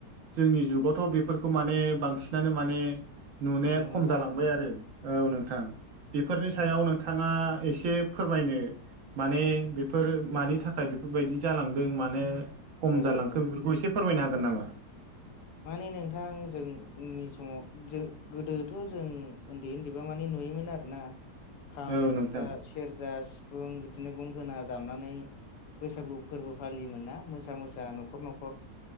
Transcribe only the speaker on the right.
जोंनि जुगावथ' बेफोरखौ माने बांसिनानो माने नुनाया
खम
जालांबाय
आरो औ नोंथां बेफोरनि
सायाव नोंथाङा एसे फोरमायनो माने बेफोरो मानि थाखाय बेफोरबायदि जालांदों मानो खम
जालांखो
बेफोरखौ एसे फोरमायनो हागोन
नामा?
औ
नोंथां